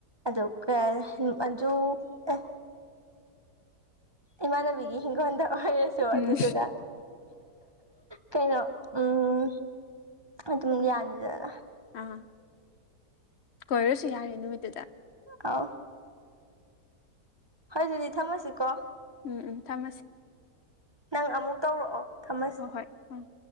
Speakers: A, on the right (about 45°); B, on the left (about 55°).
A: ꯑꯗꯨꯒ ꯃꯟꯖꯨ ꯑꯦ ꯏꯃꯥꯟꯅꯕꯤꯒꯤ ꯍꯤꯡꯒꯣꯟꯗ ꯑꯣꯏꯔꯁꯨ
B: ꯎꯝ
A: ꯑꯗꯨꯗꯨꯒ ꯀꯩꯅꯣ ꯎꯝ ꯑꯗꯨꯝ ꯌꯥꯅꯤꯗꯅ
B: ꯑ ꯀꯣꯏꯔꯨꯁꯤ ꯌꯥꯔꯦ ꯅꯨꯃꯤꯠꯇꯨꯗ
A: ꯑꯥꯎ ꯍꯣꯏ ꯑꯗꯨꯗꯤ ꯊꯝꯃꯁꯤ ꯀꯣ
B: ꯎꯝ ꯎꯝ ꯊꯝꯃꯁꯤ
A: ꯅꯪ ꯑꯃꯨꯛ ꯇꯧꯔꯛꯑꯣ ꯊꯝꯃꯁꯤ
B: ꯍꯣꯏ ꯍꯣꯏ ꯎꯝ